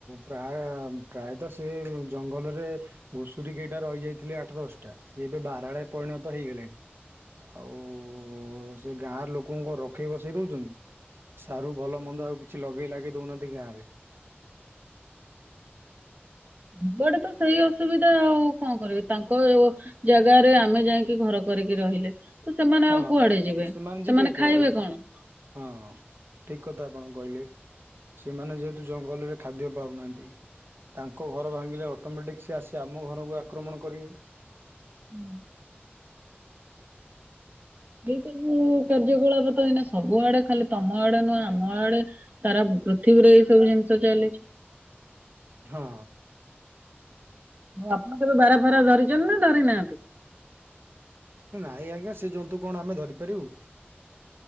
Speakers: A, on the right (about 60°); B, on the right (about 40°).
A: ପ୍ରାୟ ପ୍ରାୟତଃ ସେ ଜଙ୍ଗଲରେ ଘୁଷୁରୀ କେଇଟା ରହିଯାଇଥିଲେ ଆଠ ଦଶଟା। ସିଏ ଏବେ ବାରା ରେ ପରିଣତ ହେଇଗଲେଣି। ଆଉ ଓ ସେ ଗାଁର ଲୋକଙ୍କୁ ରଖେଇ ବସେଇ ଦେଉଛନ୍ତି। ସାରୁ ଭଲ ମନ୍ଦ ଆଉ କିଛି ଲଗେଇ ଲାଗେଇ ଦେଉନାହାନ୍ତି ଗାଁରେ।
B: ସେପଟେ ତ ସେଇ ଅସୁବିଧା ଆଉ କଣ କହିବି ତାଙ୍କ ଜାଗାରେ ଆମେ ଯାଇକି ଘର କରିକି ରହିଲେ। ତ ସେମାନେ
A: ହଁ।
B: ଆଉ କୁଆଡେ ଯିବେ
A: ଯିବେ
B: ସେମାନେ
A: କୁଆଡ଼େ
B: ଖାଇବେ କଣ?
A: ହଁ ଠିକ୍ କଥା ଆପଣ କହିଲେ। ସେମାନେ ଯେହେତୁ ଜଙ୍ଗଲରେ ଖାଦ୍ୟ ପାଉନାହାନ୍ତି ତାଙ୍କ ଘର ଭାଙ୍ଗିଲେ ଅଟୋମେଟିକ୍ ସେ ଆସି ଆମ ଘରକୁ ଆକ୍ରମଣ କରିବେ।
B: ହୁଁ। ଏହି ସବୁ କାର୍ଯ୍ୟକଳାପ ତ ଏଇନା ସବୁ ଆଡେ ଖାଲି ତମ ଆଡେ ନୁହଁ ଆମ ଆଡେ। ସାରା ପୃଥିବୀରେ ଏଇ ସବୁ ଜିନିଷ ଚାଲିଛି।
A: ହଁ।
B: ଆଉ ଆପଣ କେବେ ବାରା ଫାରା ଧରିଛନ୍ତି ନା ଧରି ନାହାନ୍ତି?
A: ନାଇଁ ଆଜ୍ଞା ସେ ଜନ୍ତୁ କଣ ଆମେ ଧରିପାରିବୁ?